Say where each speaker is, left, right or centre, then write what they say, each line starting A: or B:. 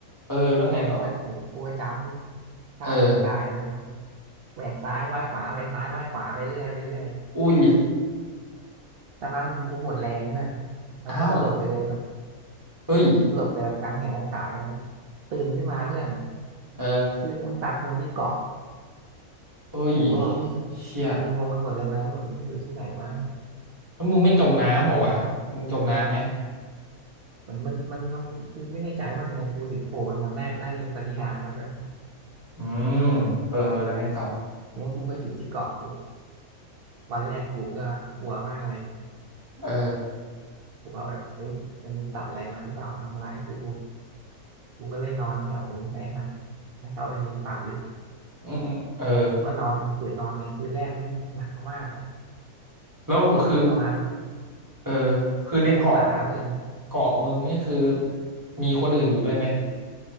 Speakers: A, on the right; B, on the right.
A: เออแล้วไงต่อ
B: ใช่กูก็ถูกกูก็จำฆ่าปีตายแล้ว
A: เออ
B: แหวกซ้ายว่ายขวาแหวกซ้ายว่ายขวาไปเรื่อยไปเรื่อย
A: อุ้ย
B: ปึ๊บสักพักหนึ่งกูหมดแรงเพื่อนแล้วกูสลบไปเลยแบบ
A: อ้าวเฮ้ย
B: สลบแต่แบบกลางแหงกลางขาเลยนะครับตื่นขึ้นมาเพื่อน
A: เออ
B: คลื่นแมันซัดกูมาที่เกาะ
A: เฮ้ย
B: กูก็แบบอุ้ย
A: เชี่ย
B: มึนงงไปหมดเลยนะแบบมันอยู่ที่ไหนวะ
A: แล้วมึงไม่จมน้ำเหรอวะมึงจมน้ำไหม
B: อยู่ที่ไหนกันแน่มันมันมันมันกูไม่แน่ใจว่าทำไมกูถึงโผล่มนมาได้น่าจะเป็นปาฏิหาริย์นะเพื่อน
A: อืมเออแล้วไงต่อ
B: ทีนี้กูก็อยู่ที่เกาะปึ๊บวันแรกกูก็กลัวมากเลย
A: เออ
B: กลัวแบบเฮ้ยจะมีสัตว์อะไรมาหรือเปล่าทำร้ายกู กูก็เลยนอนแถวชายหาดแล้วเข้าไปในป่าลึก
A: อืมอืมเออ
B: กูก็นอนฝืนนอนไปคืนแรกแม่งหนาวมากอ่ะ
A: แล้วคือ
B: แม่งลบประมาณ
A: เออคือในเกาะ
B: สิบองศาเพื่อน
A: เกาะมึงนี่คือมีคนอื่นอยู่ด้วยไหม